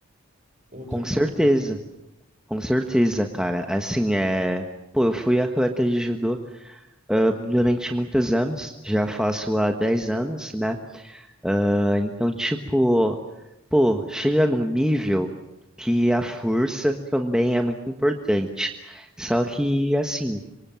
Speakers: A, on the right (about 35°); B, in the centre.
A: Ou eu tô
B: Com
A: enganado,
B: certeza, com certeza, cara. Assim, é, pô, eu fui atleta de judô ah, durante muitos anos, já faço há 10 anos, né? Ah, então, tipo, pô, chega num nível que a força também é muito importante. Só que, assim,